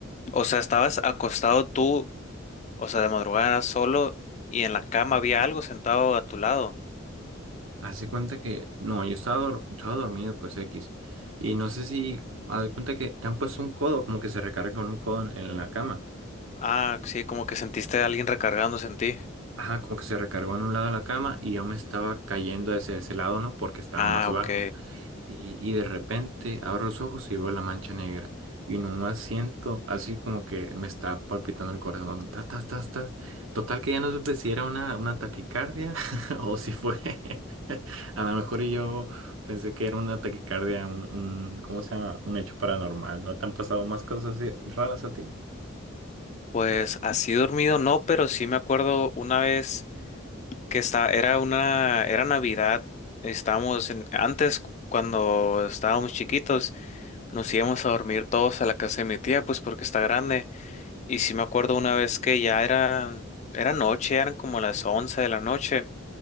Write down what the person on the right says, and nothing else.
Hace <laughs> cuenta que, no, yo estaba, dor- estaba dormido, pues X. Y no sé si, haz de cuenta que te han puesto un codo, como que se recarga con un codo en, en la cama.
Ajá, como que se recargó en un lado de la cama y yo me estaba cayendo hacia ese lado, ¿no? Porque estaba
más bajo.
Y, y de repente abro los ojos y veo la mancha negra. Y nomás siento así como que me está palpitando el corazón. Tas, tas, tas, tas. Total que ya no supe si era una, una taquicardia <laughs> o si fue. <laughs> A lo mejor y yo pensé que era una taquicardia, un, un- ¿cómo se llama? Un hecho paranormal. ¿No te han pasado más cosas así raras a ti?